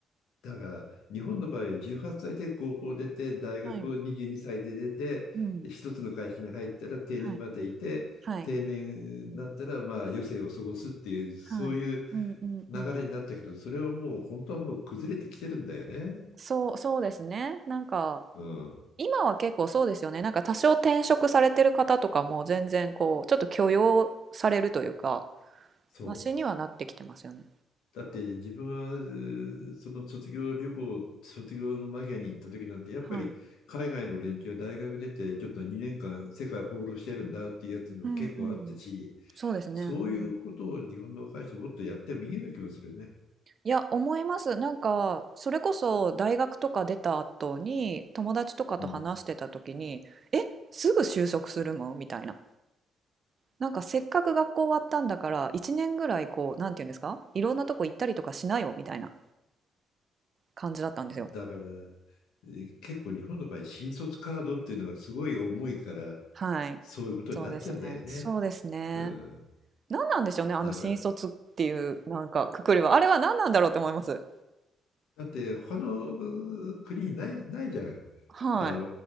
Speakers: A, on the left; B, on the right.
A: だから日本の場合18歳で高校を出て大学を22歳で出て一つの会社に入ったら定年までいて定年になったらまあ余生を過ごすっていうそういう
B: はい。うん。はい。はい。はい。うんうんうん。
A: 流れになったけどそれはもう本当はもう崩れてきてるんだよね。
B: そう、そうですね。なんか、
A: うん、
B: 今は結構そうですよね。なんか多少転職されてる方とかも全然こう、ちょっと許容されるというか、
A: そう
B: マシにはなってきてますよね。
A: だって自分はその卒業旅行、卒業の間際に行った時なんて、やっぱり海外の連中は大学出てちょっと2年間世界放浪してるんだっていうやつにも結構あったし、
B: はい。うんうん。そうですね。
A: そういうことを日本の若い人もっとやってもいいような気もするよね。
B: うん。いや、思います。なんか、それこそ大学とか出た後に友達とかと話してた時に、
A: うん。
B: え、すぐ就職するのみたいな。なんかせっかく学校終わったんだから1年ぐらいこう、なんていうんですかいろんなとこ行ったりとかしなよみたいな感じだったんですよ。
A: だから、えー結構日本の場合、新卒カードっていうのがすごい重いから、
B: はい。
A: そういうことになっちゃうんだよね。
B: そうですね。そうですね。
A: うん。
B: 何なんでしょうね、あの新卒っていうなんかくくりは。
A: なんか、
B: あれは何なんだろうって思います。
A: だって他の国にない、ないじゃん。
B: はい。
A: あの、